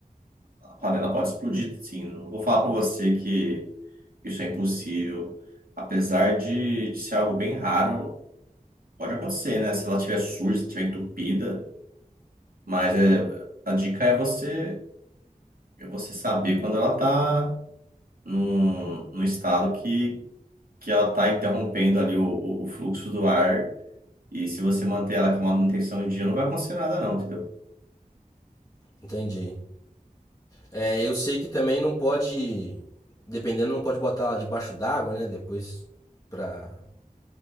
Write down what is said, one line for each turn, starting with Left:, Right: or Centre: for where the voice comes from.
Right: a panela pode explodir, sim. Não vou falar para você que isso é impossível. Apesar de, de ser algo bem raro, pode acontecer, né? Se ela estiver suja, se estiver entupida. Mas é, a dica é você, é você saber quando ela está num, num estado que, que ela está interrompendo ali o, o, o fluxo do ar. E se você manter ela com manutenção em dia, não vai acontecer nada, não, entendeu?
Left: Entendi. É, eu sei que também não pode, dependendo, não pode botar ela debaixo d'água, né? Depois pra